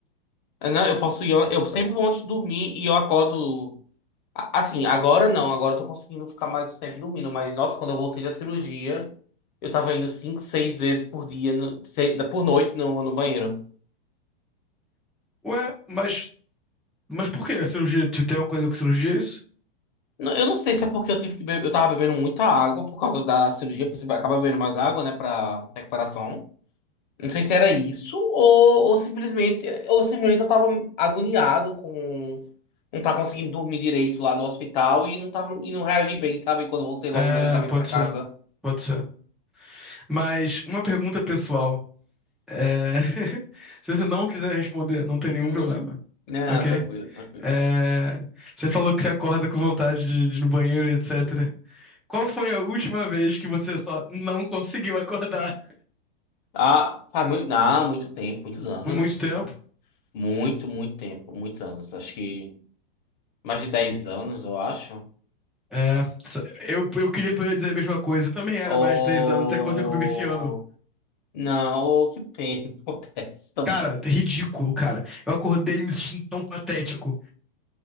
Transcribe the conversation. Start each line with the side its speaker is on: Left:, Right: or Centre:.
Left: Eu, não, eu posso ir. Eu sempre vou antes de dormir e eu acordo. a- Assim, agora não. Agora eu tô conseguindo ficar mais tempo dormindo. Mas, nossa, quando eu voltei da cirurgia. Eu tava indo cinco, seis vezes por dia, no- seis- por noite no, no banheiro.
Centre: <laughs> Ué, mas, mas por que a cirurgia? Tu tem alguma coisa com cirurgia, é isso?
Left: Não- Eu não sei se é porque eu tive que beber, eu tava bebendo muita água por causa da cirurgia, porque você acaba bebendo mais água, né, pra recuperação. Não sei se era isso ou, ou simplesmente, ou simplesmente eu tava agoniado com não tá conseguindo dormir direito lá no hospital e não tava e não reagi bem, sabe? Quando eu voltei
Centre: É,
Left: logo imediatamente
Centre: pode
Left: pra casa.
Centre: ser. Pode ser. Mas uma pergunta pessoal. É, <laughs> Se você não quiser responder, não tem nenhum
Left: Uhum.
Centre: problema.
Left: Não,
Centre: Ok?
Left: tranquilo, tranquilo.
Centre: É, Você falou que você acorda com vontade de, de ir no banheiro, etc. Qual foi a última vez que você só não conseguiu acordar
Left: Ah, faz muito, não, muito tempo, muitos anos.
Centre: por muito tempo?
Left: Muito, muito tempo, muitos anos. Acho que mais de 10 anos, eu acho.
Centre: É, só- Eu, eu queria poder dizer a mesma coisa. Eu também era
Left: Ou.
Centre: mais de 10 anos, até aconteceu comigo esse ano.
Left: Não, <laughs> ou que pena <laughs> acontece também.
Centre: Cara, ridículo, cara. Eu acordei me sentindo tão patético.